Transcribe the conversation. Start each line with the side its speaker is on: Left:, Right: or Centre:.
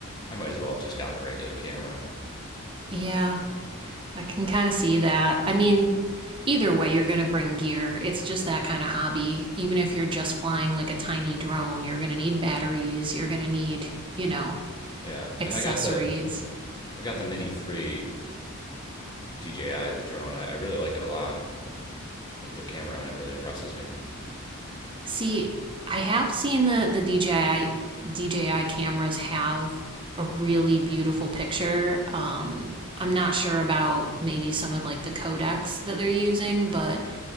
Left: I might as well have just gotten a regular camera.
Right: Yeah, I can kind of see that. I mean, either way, you're going to bring gear. It's just that kind of hobby. Even if you're just flying like a tiny drone, you're going to need batteries, you're going to need, you know,
Left: Yeah.
Right: accessories.
Left: And I got the, I've got the Mini 3 uh, DJI, the drone. I, I really like it a lot. Uh, the camera on it really impresses me.
Right: See, I have seen the the DJI DJI cameras have a really beautiful picture. Um I'm not sure about maybe some of like the codecs that they're using, but